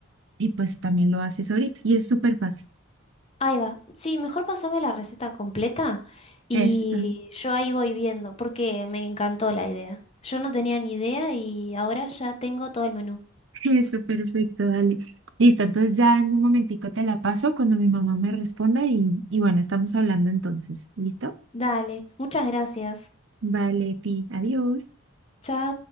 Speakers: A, on the right; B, on the left.
A: y pues también lo haces ahorita. Y es súper fácil.
B: Ahí va. Sí, mejor pasame la receta completa y
A: Eso,
B: yo ahí voy viendo porque me encantó la idea. Yo no tenía ni idea y ahora ya tengo todo el menú.
A: <laughs> eso, perfecto, dale. Listo, entonces ya en un momentico te la paso cuando mi mamá me responda y, y bueno, estamos hablando entonces. ¿Listo?
B: Dale, muchas gracias.
A: Vale, ti, adiós.
B: Chao.